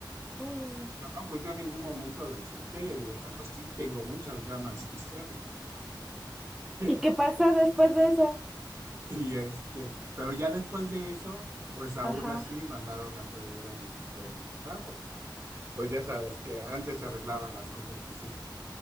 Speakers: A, in the centre; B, on the right.
A: Mm.
B: Dijo, no, pues yo en ningún momento la insulté, le digo, pero sí tengo muchas ganas de hacerlo. <laughs>
A: ¿Y qué pasó después de eso?
B: Y este, pero ya después de eso, pues aún
A: Ajá.
B: así mandaron a traer a mi padre. Ah, pues pues ya sabes que antes se arreglaban las cosas así.